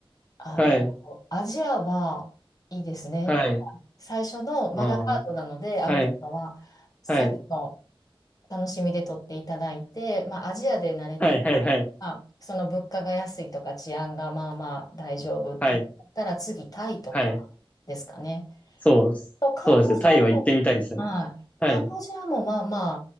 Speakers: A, on the left; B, on the left.
A: あの、
B: はい、
A: アジアはいいですね。
B: はい。
A: 最初の、
B: あー、
A: まだハードなので、アフリカは、
B: はい、
A: 最後
B: はい、
A: の楽しみで取っていただいて、まあ、アジアで慣れていく、
B: はい、はい、はい、
A: まあ、その物価が安いとか治安がまあまあ大丈夫って言ったら次、
B: はい、
A: タイとかですかね。
B: はい。そうです。
A: と、カンボジアも、
B: そうですね。タイは行ってみたいですね。
A: はい、
B: はい、
A: カンボジアもまあま